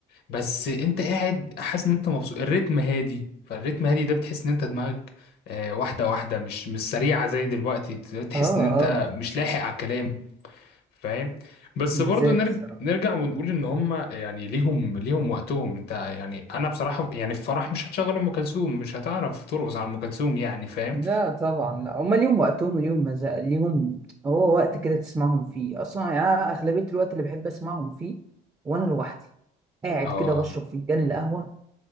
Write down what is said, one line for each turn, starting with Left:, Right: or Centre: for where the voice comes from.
Left: بس انت قاعد حاسس ان انت مبسوط الريتم هادي فالريتم هادي ده بتحس ان انت دماغك آه، واحده واحده مش مش سريعه زي دلوقتي تحس
Right: آه
Left: ان
Right: آه
Left: انت
Right: لا
Left: مش لاحق على الكلام فاهم بس
Right: مزاج
Left: برضو نرج...
Right: الصراحة
Left: نرجع ونقول ان هم يعني ليهم ليهم وقتهم انت يعني انا بصراحه يعني في فرح مش هتشغل ام كلثوم مش هتعرف ترقص على ام كلثوم يعني فاهم
Right: لا طبعا لا هما ليهم وقتهم وليهم مزاج ليهم هو وقت كده تسمعهم فيه اصلا يعني أنا اغلبيه الوقت اللي بحب اسمعهم فيه وانا لوحدي قاعد
Left: اه
Right: كده بشرب فنجان القهوه